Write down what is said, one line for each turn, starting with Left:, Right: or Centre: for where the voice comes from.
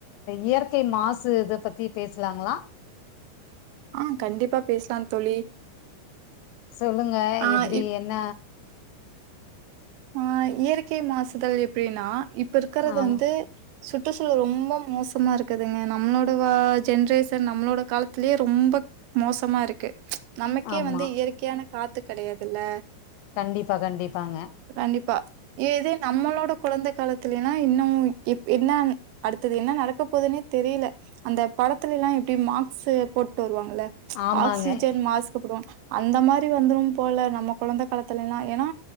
Left: இயற்கை மாசு மாசு இத பத்தி பேசலாங்களா
Right: ஆஹ் கண்டிப்பா பேசலாம் தோழி
Left: சொல்லுங்க
Right: ஆ
Left: எப்படி
Right: இப்
Left: என்ன
Right: ஆஹ் இயற்கை மாசுகள் எப்படின்னா இப்ப இருக்கறது
Left: ஆமா
Right: வந்து சுற்றுச்சூழல் ரொம்ப மோசமா இருக்குதுங்க நம்மளோட வா ஜென்ரேஷன் நம்மளோட காலத்திலயே ரொம்ப மோசமா இருக்கு நமக்கே
Left: ஆமா
Right: வந்து இயற்கையான காத் த்து கிடையாதுல்ல
Left: கண்டிப்பா கண்டிப்பாங்க
Right: கண்டிப்பா ஏதே நம்மளோட குழந்தை காலத்துல எல்லா இன்னு இப் என்ன அடுத்தது என்ன நடக்க போகுதுன்னே தெரியல அந்த படத்துல எல்லா எப்படி மாக்ஸ் போட்டு வருவாங்க போல
Left: ஆமாங்க
Right: ஆக்சிஜன் மாஸ்க் போடுவாங்க அந்த மாதிரி வந்துரும் போல நம்ம குழந்த காலத்துல எல்லாம் ஏன்னா